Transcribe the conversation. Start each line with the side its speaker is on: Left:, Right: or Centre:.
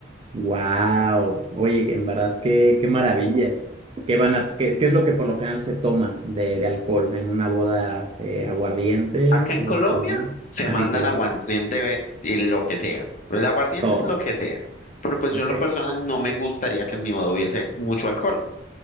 Right: Wow, oye, en verdad qué, qué maravilla. ¿Qué van a, qué, qué es lo que por lo general se toma de, de alcohol en una boda eh, aguardiente
Left: Acá en
Right: eh,
Left: Colombia
Right: en Colombia?
Left: se
Right: Ah,
Left: mandan
Right: en Colombia.
Left: aguardiente ve- en lo que sea, el aguardiente
Right: Todo.
Left: es lo que sea, pero pues
Right: Ok,
Left: yo en lo personal no me gustaría que en mi boda hubiese mucho alcohol,